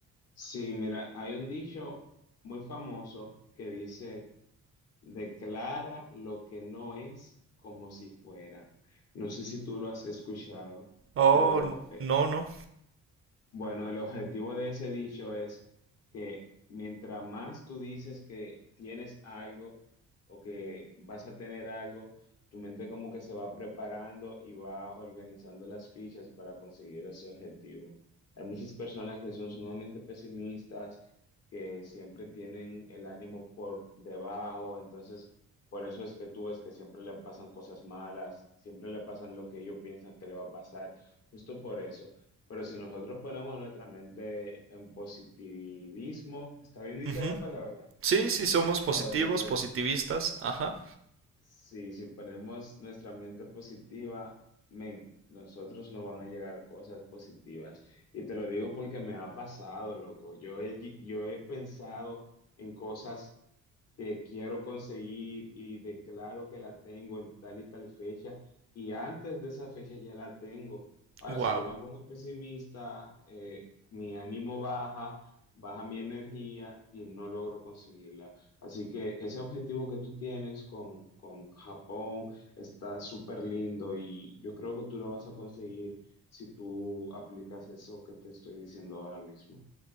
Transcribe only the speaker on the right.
Oh,
no, no.
Ujú.
Sí, sí somos positivos,
positivistas. Ajá.
Wow.